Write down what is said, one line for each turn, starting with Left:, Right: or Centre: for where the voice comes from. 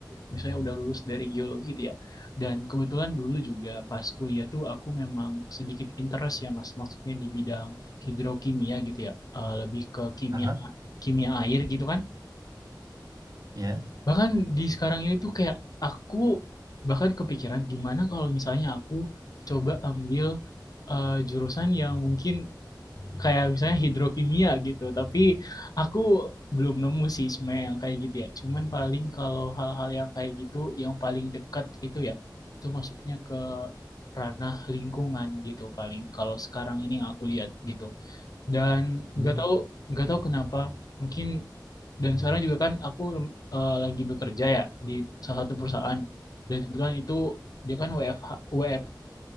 Left: misalnya udah lulus dari geologi gitu ya. Dan kebetulan dulu juga pas kuliah tuh aku memang sedikit interest ya Mas. Maksudnya di bidang hidrokimia gitu ya. Eh, lebih ke kimia
Right: Aha,
Left: kimia air gitu kan.
Right: ya.
Left: Bahkan di sekarang ini tuh kayak aku bahkan kepikiran gimana kalau misalnya aku coba ambil eh, jurusan yang mungkin kayak misalnya hidrokimia gitu. Tapi aku belum nemu sih sebenarnya yang kayak gitu ya. Cuman paling kalau hal-hal yang kayak gitu yang paling dekat itu ya itu masuknya ke ranah lingkungan gitu paling kalau sekarang ini yang aku lihat gitu. Dan
Right: Hmm.
Left: nggak tahu nggak tahu kenapa mungkin dan sekarang juga kan aku eh, lagi bekerja ya di salah satu perusahaan. Dan kebetulan itu dia kan WFH, WF,